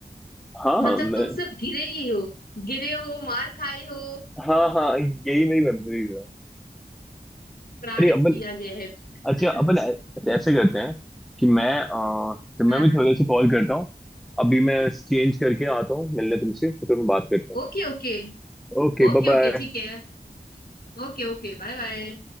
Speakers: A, in the centre; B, on the left.
A: हाँ
B: मतलब
A: मैं
B: तुम सिर्फ गिरे ही हो गिरे हो मार खाए हो
A: हाँ हाँ यही मेरी मेमोरीज है
B: प्राणित
A: अरे अपन
B: किया गया है
A: अच्छा
B: <laughs>
A: अपन ऐ- अच्छा, ऐसे करते हैं कि मैं अ, तो मैं
B: हाँ
A: भी
B: हाँ
A: थोड़े से कॉल करता हूँ अभी मैं चेंज करके आता हूँ मिलने तुमसे तो फिर हम बात करते
B: Okay okay
A: हैं Okay bye
B: ओके ओके
A: bye
B: ठीक है Okay okay bye bye